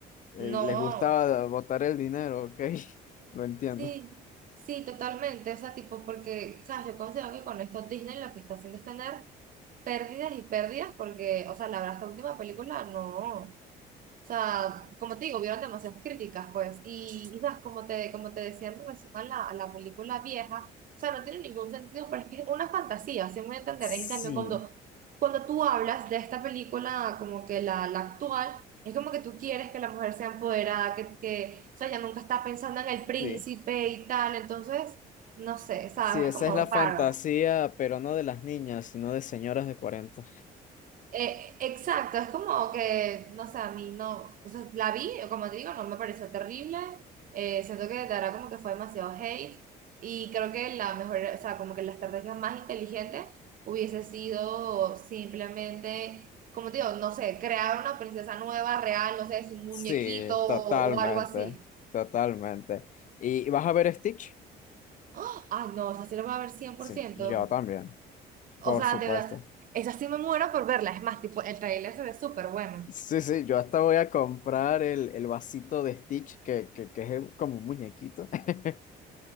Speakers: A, on the left; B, on the right.
A: eh,
B: no.
A: les gusta botar el dinero, ok. <laughs> Lo entiendo.
B: Sí, sí, totalmente. O sea, tipo, porque, ¿sabes? Yo considero que con esto Disney lo que está haciendo es tener pérdidas y pérdidas, porque, o sea, la verdad, esta última película no. O sea, como te digo, vieron demasiadas críticas, pues, y, y sabes, como te, como te decía en relación a la, a la película vieja, o sea, no tiene ningún sentido, pero es que es una fantasía, así me voy a entender.
A: Sí,
B: En cambio, cuando, cuando tú hablas de esta película, como que la, la actual, es como que tú quieres que la mujer sea empoderada, que, que, o sea, ella nunca está pensando en el príncipe
A: sí.
B: y tal, entonces, no sé, sabes,
A: Sí, esa
B: es como
A: es la
B: raro.
A: fantasía, pero no de las niñas, sino de señoras de cuarenta.
B: Eh, exacto, es como que, no sé, a mí no, o sea, la vi, como te digo, no me pareció terrible, eh, siento que de verdad como que fue demasiado hate y creo que la mejor, o sea, como que la estrategia más inteligente hubiese sido simplemente, como te digo, no sé, crear una princesa nueva, real, no sé, es un muñequito
A: Sí,
B: o,
A: totalmente,
B: o algo así.
A: totalmente. ¿Y vas a ver Stitch?
B: ¡Ah! Ay, no, esa sí la voy a ver cien
A: Sí,
B: por ciento
A: yo también,
B: o
A: por
B: sea,
A: supuesto.
B: de verdad, esa sí me muero por verla, es más, tipo, el trailer se ve súper bueno.
A: Sí, sí, yo hasta voy a comprar el, el vasito de Stitch, que, que, que es el- como un muñequito. <laughs>